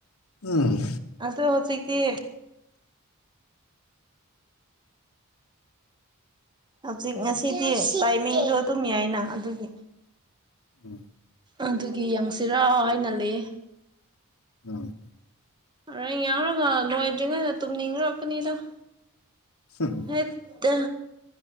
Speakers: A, on the left; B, on the right.
A: ꯎꯝ
B: ꯑꯗꯣ ꯍꯧꯖꯤꯛꯇꯤ ꯍꯧꯖꯤꯛ ꯉꯁꯤꯗꯤ ꯇꯥꯏꯃꯤꯡꯁꯨ ꯑꯗꯨꯝ ꯌꯥꯏꯅ ꯑꯗꯨꯒꯤ
A: ꯎꯝ
B: ꯑꯗꯨꯒꯤ ꯌꯦꯡꯁꯤꯔꯥ ꯍꯥꯏꯅ ꯂꯩ
A: <unintelligible>
B: <unintelligible> ꯌꯥꯎꯔꯒ ꯂꯣꯏꯗ꯭ꯔꯤꯉꯩꯗ ꯇꯨꯝꯅꯤꯡꯔꯛꯀꯅꯤꯗ
A: <unintelligible>
B: ꯍꯦꯠ ꯇꯥ